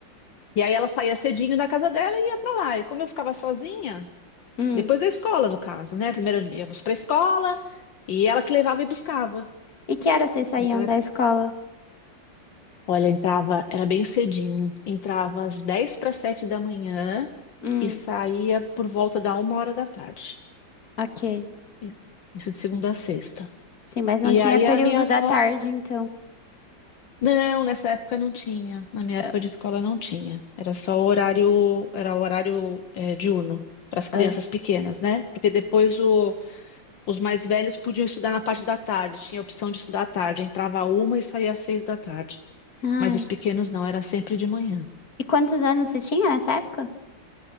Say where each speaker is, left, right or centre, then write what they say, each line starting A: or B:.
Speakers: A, on the left (about 70°); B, on the left (about 50°).
A: E aí ela saía cedinho da casa dela e ia para lá. E como eu ficava sozinha,
B: hum.
A: depois da escola, no caso, né? Primeiro íamos para a escola e ela que levava e buscava.
B: E que horas vocês saíam
A: Então era,
B: da escola?
A: olha, entrava, era bem cedinho, entrava às dez para sete da manhã
B: Hum,
A: e saía por volta da uma hora da tarde.
B: ok.
A: E- Isso de segunda a sexta.
B: Sim, mas não
A: E
B: tinha
A: aí
B: período
A: a minha avó
B: da tarde, então.
A: Não, nessa época não tinha. Na minha época
B: Ah,
A: de escola não tinha. Era só horário, era horário eh, diurno para as crianças
B: ah.
A: pequenas, né? Porque depois o- os mais velhos podiam estudar na parte da tarde. Tinha a opção de estudar à tarde. Entrava uma e saía às seis da tarde.
B: Ai.
A: Mas os pequenos não, era sempre de manhã.
B: E quantos anos você tinha nessa época?